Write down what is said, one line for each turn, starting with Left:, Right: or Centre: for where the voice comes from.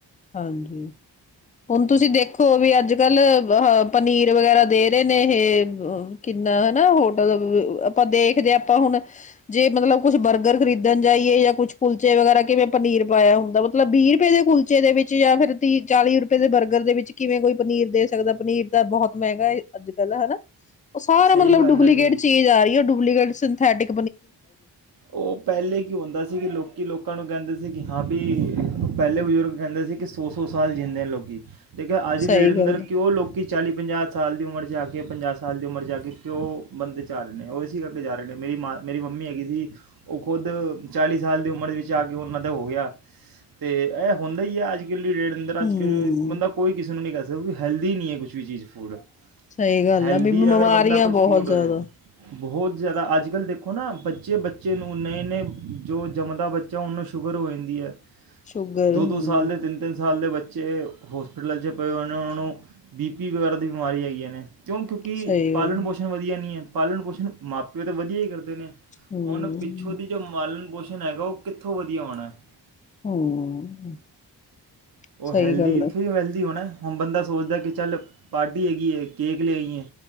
Left: ਹਾਂਜੀ ਹੁਣ ਤੁਸੀਂ ਦੇਖੋ, ਵੀ ਅੱਜ ਕੱਲ ਅ ਪਨੀਰ ਵਗੈਰਾ ਦੇ ਰਹੇ ਨੇ ਇਹ ਕਿੰਨਾ ਹਨਾ ਹੋਟਲ ਆਪਾਂ ਦੇਖਦੇ ਆਪਾਂ ਹੁਣ ਜੇ ਮਤਲਬ ਕੁਛ ਬਰਗਰ ਖਰੀਦਣ ਜਾਈਏ ਜਾਂ ਕੁਛ ਕੁਲਚੇ ਵਗੈਰਾ ਕਿਵੇਂ ਪਨੀਰ ਪਾਇਆ ਹੁੰਦਾ, ਮਤਲਬ ਵੀਹ ਰੁਪਏ ਦੇ ਕੁਲਚੇ ਦੇ ਵਿੱਚ ਜਾਂ ਫਿਰ ਤੀਹ ਚਾਲੀ ਰੁਪਏ ਦੇ ਬਰਗਰ ਦੇ ਵਿੱਚ ਕਿਵੇਂ ਕੋਈ ਪਨੀਰ ਦੇ ਸਕਦਾ ਪਨੀਰ ਤਾਂ ਬਹੁਤ ਮਹਿੰਗਾ ਹੈ। ਅੱਜ ਕੱਲ ਹਨਾ ਉਹ ਸਾਰਾ
Right: ਸਹੀ
Left: ਮਤਲਬ
Right: ਗੱਲ
Left: ਡੁਪਲੀਕੇਟ
Right: ਹੈ ਜੀ
Left: ਚੀਜ਼ ਆ ਰਹੀ ਹੈ, ਡੁਪਲੀਕੇਟ <unintelligible> ਓਥੈਟਿਕ
Right: ਉਹ ਪਹਿਲੇ ਕੀ ਹੁੰਦਾ ਸੀ। ਕਿ ਲੋਕੀ ਲੋਕਾਂ ਨੂੰ ਕਹਿੰਦੇ, ਕਿ, ਹਾਂ ਵੀ ਪਹਿਲੇ ਬਜ਼ੁਰਗ ਕਹਿੰਦੇ ਸੀ, ਕਿ ਸੌ ਸੌ ਸਾਲ ਜੀਉਂਦੇ ਨੇ ਲੋਕੀ ਦੇਖਿਆ, ਅੱਜ ਦੀ
Left: ਸਹੀ
Right: ਡੇਟ ਅੰਦਰ
Left: ਗੱਲ
Right: ਕਿਉਂ ਲੋਕੀ ਚਾਲੀ ਪੰਜਾਹ ਸਾਲ ਦੀ ਉਮਰ 'ਚ ਆ ਕੇ ਪੰਜਾਹ ਸਾਲ ਦੀ ਉਮਰ 'ਚ ਜਾ ਕੇ ਪਿਓ ਬੰਦੇ ਜਾ ਆ ਰਹੇ ਨੇ ਉਹ ਇਸ ਕਰਕੇ ਜਾ ਰਹੇ ਨੇ ਮੇਰੀ ਮਾਂ ਮੇਰੀ ਮੰਮੀ ਹੈਗੀ ਸੀ, ਉਹ ਖੁਦ ਚਾਲੀ ਸਾਲ ਦੀ ਉਮਰ ਵਿੱਚ ਆ ਕੇ ਉਹਨਾਂ ਦਾ ਹੋ ਗਿਆ ਅਤੇ ਇਹ ਹੁੰਦਾ ਹੀ ਹੈ, ਅੱਜ ੇ ਅੰਦਰ ਅੱਜ
Left: ਹਮ
Right: ਕਲ ਬੰਦਾ ਕੋਈ ਕਿਸੇ ਨੂੰ ਨਹੀਂ ਕਹਿ ਸਕਦਾ ਸਭ ਹ ਹੈਲਦੀ ਨਹੀਂ ਹੈ, ਕੁਛ ਵੀ ਚੀਜ਼ ਫੂਡ
Left: ਸਹੀ ਗੱਲ
Right: ਹੈਲਦੀ
Left: ਆ ਬਈ ਬਿਮਾਰੀਆਂ
Right: ਅਗਰ ਬੰਦਾ ਕੁਝ
Left: ਬਹੁਤ
Right: ਫੂਡ ਹੋਏ
Left: ਜਿਆਦਾ
Right: ਬਹੁਤ ਜ਼ਿਆਦਾ ਅੱਜ ਕੱਲ੍ਹ ਦੇ ਦੇਖੋ ਨਾ, ਬੱਚੇ ਬੱਚੇ ਨੂੰ ਨਵੇਂ ਨਂ ਜੋ ਜੰਮਦਾ ਬੱਚਾ ਉਹਨੂੰ ਸ਼ੂਗਰ ਹੋ ਜਾਂਦੀ ਹੈ।
Left: ਸ਼ੂਗਰ
Right: ਦੋ
Left: ਹਮ
Right: ਦੋ ਸਾਲ ਦੇ ਤਿੰਨ ਤਿੰਨ ਸਾਲ ਦੇ ਬੇ ਹੋਸਪਿਟਲ 'ਚ ਪਏ ਹੋਏ ਨੇ ਉਹਨਾਂ ਨੂੰ ਬੀ ਪੀ ਵਗੈਰਾ ਦੀ ਬਿਮਾਰੀ ਹੈਗੀਆਂ ਨੇ ਕਿਉਂ ਕਿਉਂਕਿ
Left: ਸਹੀ
Right: ਪਾਲਣ
Left: ਗੱਲ
Right: ਪੋਸ਼ਣ ਵਧੀਆ ਨਹੀਂ ਹੈ। ਪਾਲਣ ਪੋਸ਼ਣ ਮਾਂ ਪਿਓ ਤਾਂ ਵਧੀਆ ਹੀ ਕਰਦੇ ਦੇ ਨੇ
Left: ਹਮ
Right: ਹੁਣ ਪਿੱਛੋਂ ਦੀ ਜੋ ਮਾਲਣ ਪੋਸ਼ ਹੈਗਾ ਉਹ ਕਿੱਥੋਂ ਵਧੀਆ ਹੋਉਣਾ ਹੈ।
Left: ਹਮ
Right: ਉਹ
Left: ਸਹੀ
Right: ਹੈਲਦੀ,
Left: ਗੱਲ
Right: ਇੱਥੋਂ
Left: ਹੈ
Right: ਵੀ ਵੈਲਦੀ ਹੋ ਨਾ ਹੁਣ ਬੰਦਾ ਸੋਚਦਾ ਕਿ, ਚੱਲ ਪਾਰਟੀ ਹੈਗੀ ਹੈ ਕੇਕ ਲੈ ਆਈ ਹੈ